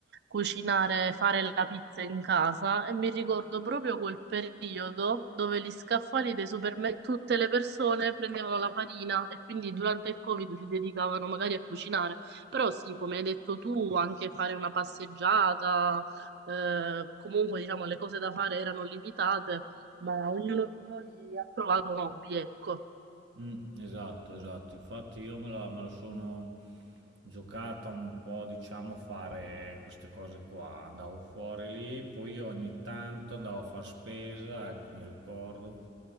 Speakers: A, on the right; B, on the right.
A: cucinare, fare la pizza in casa e mi ricordo proprio quel periodo dove gli scaffali dei supermercati, tutte le persone prendevano la farina e quindi durante il Covid si dedicavano magari a cucinare. Però sì, come hai detto tu, anche fare una passeggiata, eh, comunque diciamo le cose da fare erano limitate, ma ognuno di noi ha trovato un hobby, ecco.
B: Mm, esatto, esatto. Infatti io me la, me la sono giocata un po', diciamo, a fare queste cose qua. Andavo fuori lì, poi ogni tanto andavo a far spesa, ecco, mi ricordo.